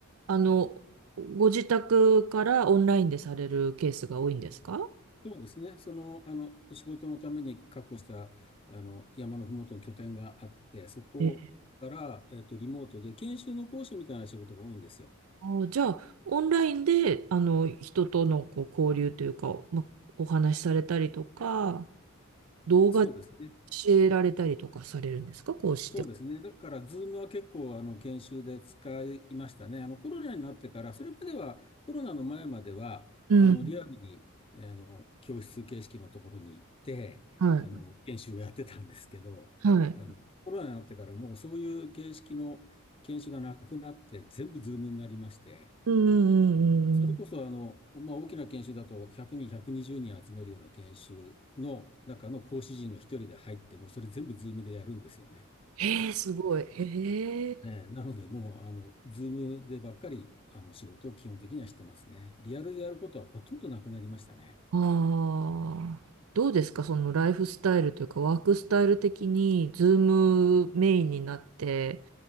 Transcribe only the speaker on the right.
あの、ご自宅からオンラインでされるケースが多いんですか
ええ
あ、じゃあ、オンラインで、あの、人とのこう交流というか、ま、お話しされたりとか、動画教
えられたりとかされるんですかこうして。
うん。
はい。
はい。
うんうんうんうん。
ええ、すごい。ええ。
ああ。どうですかそのライフスタイルというか、ワークスタイル的に、ズームメインになって、